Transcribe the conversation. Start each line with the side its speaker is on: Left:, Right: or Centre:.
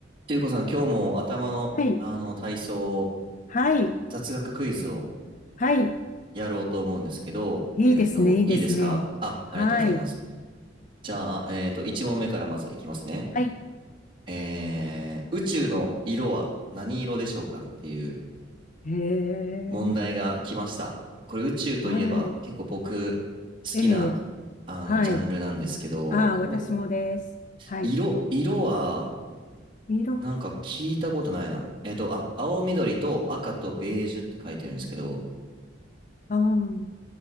Right: ていうこさん、今日も頭の、
Left: はい。
Right: あの体操、
Left: はい。
Right: 雑学クイズを
Left: はい。
Right: やろうと思うんですけど、
Left: いいですね。
Right: えっと、
Left: いいですね。
Right: いいですかあ、ありがとうございます。
Left: はい。
Right: じゃあ、えっと、1問目からまずいきますね。
Left: はい。
Right: えー、宇宙の色は何色でしょうかっていう
Left: へえ。
Right: 問題が来ました。これ宇宙といえば結構僕好きな、
Left: はい。ええ。
Right: あの、
Left: はい。
Right: ジャンルなんですけど、
Left: ああ、
Right: ここ、
Left: 私もです。はい。
Right: 色、色は
Left: 色。あ
Right: なんか聞いたことないな。えっと、あ、青緑と赤とベージュって書いてるんですけど、
Left: あ。うん。